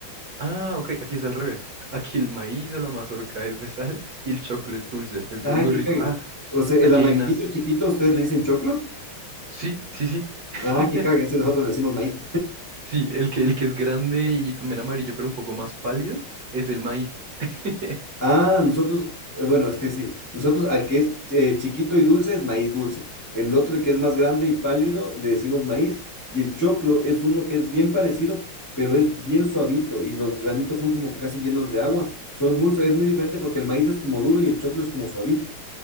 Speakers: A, on the right (about 60°); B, on the left (about 20°).
A: Ah, ok, aquí es al revés. Aquí el maíz o la mazorca es de sal y el choclo es dulce. Es,
B: Ah,
A: es muy
B: que
A: rico.
B: cague.
A: Ah,
B: O sea, el
A: aquí
B: amarillito
A: hay unas.
B: chiquito, ¿ustedes le dicen choclo?
A: Sí, sí, sí. <laughs>
B: Ah, que cague, ese nosotros le decimos maíz.
A: Sí, el que, el que es grande y también amarillo, pero un poco más pálido, es el maíz. <laughs>
B: Ah, nosotros, eh, bueno, es que sí, nosotros al que es eh, chiquito y dulce es maíz dulce. El otro, el que es más grande y pálido, le decimos maíz. Y el choclo es uno que es bien parecido, pero es bien suavito y los granitos son como que casi llenos de agua. Son muy, sua- es muy diferente porque el maíz es como duro y el choclo es como suavito.